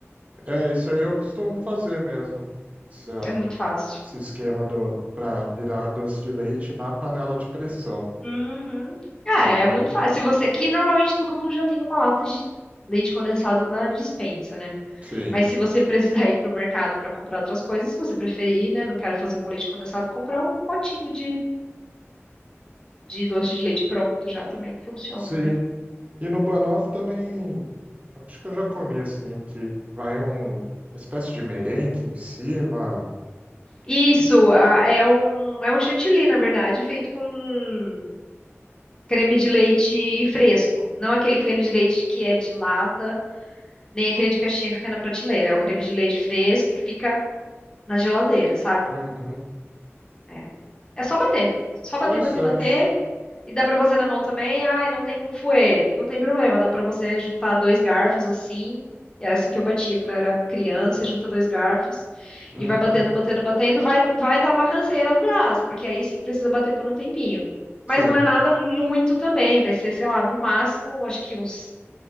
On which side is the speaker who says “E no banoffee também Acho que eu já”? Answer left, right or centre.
Right